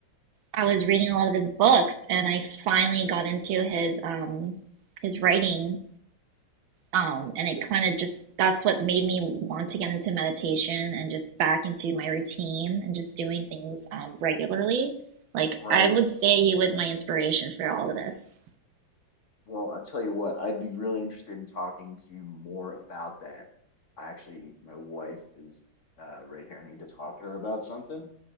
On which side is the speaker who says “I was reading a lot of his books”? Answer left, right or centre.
Right